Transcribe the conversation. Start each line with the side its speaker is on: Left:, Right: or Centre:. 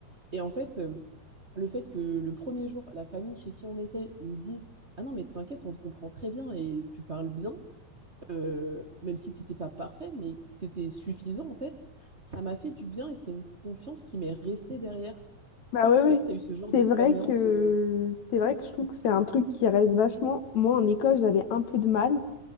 Right: Et en fait, euh, le fait que le premier jour, la famille chez qui on était, ils me disent, Ah non, mais t'inquiète, on te comprend très bien et tu parles bien euh, même si c'était pas parfait, mais c'était suffisant en fait, ça m'a fait du bien et c'est une confiance qui m'est restée derrière.
Left: Bah ouais,
Right: Je
Left: ouais.
Right: sais pas si tu as eu ce genre
Left: C'est
Right: d'expérience.
Left: vrai que
Right: euh,
Left: c'est vrai que je trouve que c'est un truc qui reste vachement. Moi, en école, j'avais un peu de mal.